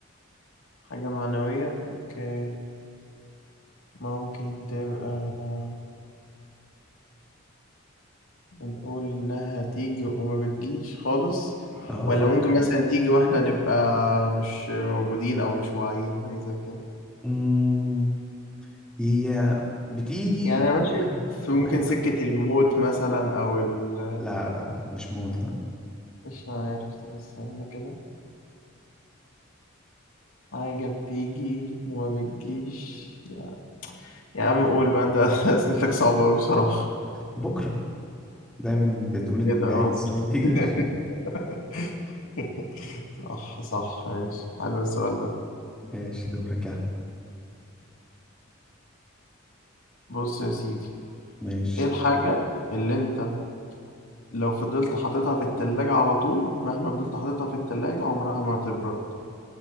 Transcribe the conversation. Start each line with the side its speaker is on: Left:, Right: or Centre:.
Left: حاجة معنوية أوكي ممكن تبقى بنقول إنها هتيجي وما بتجيش خالص
Centre: اه
Left: ولا
Centre: فكر
Left: ممكن مثلا تيجي وإحنا نبقى مش موجودين أو مش واعيين حاجة زي كده
Centre: مم، هي بتيجي
Left: يعني أنا ماشي
Centre: واحنا
Left: في ممكن
Centre: واحنا
Left: سكة الموت مثلا أو ال
Centre: لا لا لا مش موت لا
Left: مش عارف طب استنى كده حاجة بتيجي وما بتجيش لا يا عم قول بقى أنت <laughs> أسئلتك صعبة أوي بصراحة
Centre: بكرة دايما بنقول انه
Left: كده
Centre: جاي
Left: اه
Centre: بس هو ما بيجيش
Left: <laughs> <laughs> صح صح ماشي حلو السؤال ده
Centre: <laughs> ماشي دورك يا عم
Left: بص يا سيدي
Centre: ماشي
Left: ايه الحاجة اللي انت لو فضلت حاططها في التلاجة على طول مهما فضلت حاططها في التلاجة عمرها ما تبرد